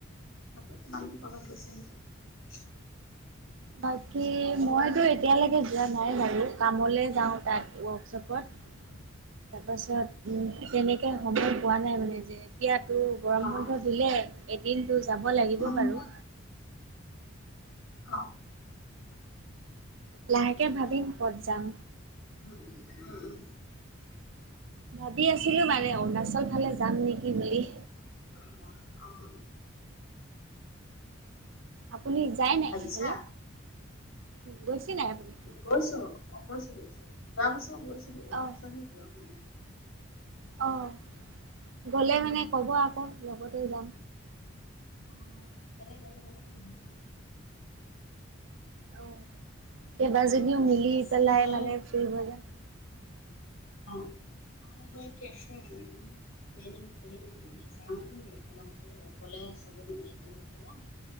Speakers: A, on the left; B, on the right.
A: বাকী তোমালোক কৰবাত গৈছা নেকি?
B: বাকী মইতো এতিয়ালৈকে যোৱা নাই বাৰু কামলে যাওঁ তাত ৱৰ্কশ্বপত। তাৰপাছত তেনেকে সময় পোৱা নাই মানে যে এতিয়াতো গৰম
A: অ',
B: বন্ধ দিলে এদিনতো যাব লাগিব
A: উম,
B: বাৰু।
A: অ',
B: লাহেকে ভাবিম কত যাম।
A: <inaudible>
B: ভাবি আছিলো মানে অৰুণাচল ফালে যাম নেকি বুলি।
A: <inaudible>
B: আপুনি যায় নাই
A: ভাবিছা
B: সেইফালে গৈছে নাই আপুনি
A: গৈছো অ গৈছো যোৱা বছৰত গৈছিলো।
B: অহ।
A: সেইফালে যোৱা হোৱা নাই।
B: অহ গ'লে মানে ক'ব আকৌ লগতে যাম।
A: <inaudible>
B: অহ কেইবা জনিও
A: এগৰাকী
B: মিলি
A: আছে
B: পেলাই
A: তাই
B: মানে ফুৰিব যাম।
A: অহ <unintelligible> এই কৰিম মানে যাওঁ দেই একেলগতে গলে চবে মানে একেলগতে হ'ব।